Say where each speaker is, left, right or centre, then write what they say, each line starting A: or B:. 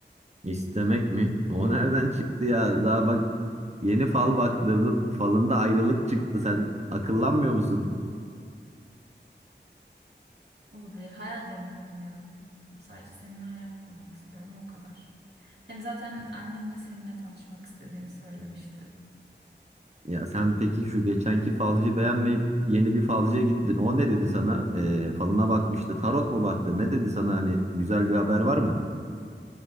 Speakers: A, on the right; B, on the right.
A: İstemek mi? O nereden çıktı ya? Daha bak yeni fal baktırdın. Falında ayrılık çıktı. Sen akıllanmıyor musun?
B: Olabilir. Hayal de mi kurmayalım? Sadece seninle hayal kurmak istiyorum o kadar. Hem zaten annem de seninle tanışmak istediğini söylemişti.
A: Ya sen peki şu geçenki falcıyı beğenmeyip yeni bir falcıya gittin. O ne dedi sana? Ee, falına bakmıştı. Tarot mu baktı? Ne dedi sana? Hani güzel bir haber var mı?